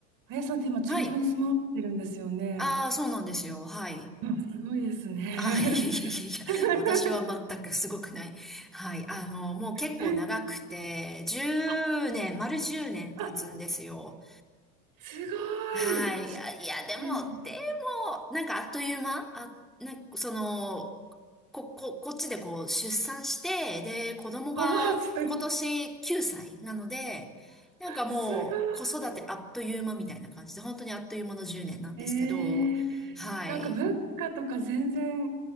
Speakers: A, on the right (about 45°); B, in the centre.
A: あやさんって今、中東に住まわれてるんですよね。
B: はい。ああ、そうなんですよ。はい。
A: うんすごいですね。
B: ああ、いやいやいやいや、
A: <laughs>
B: 私は全くすごくない。はい。あの、もう結構長くて、
A: うん
B: 10年、
A: あ、
B: 丸10年経つんですよ。
A: あすご
B: はい。
A: い。
B: あいや、でも、
A: う
B: でも、なんかあっという間、あ、なんかその、こ、こ、こっちでこう出産して、で、子供が今年9歳なので、
A: おー、す、
B: なんかもう子育てあっという間みたいな感じで、
A: すごい。
B: 本当にあっという間の10年なんですけど、
A: えー、
B: はい。
A: なんか文化とか全然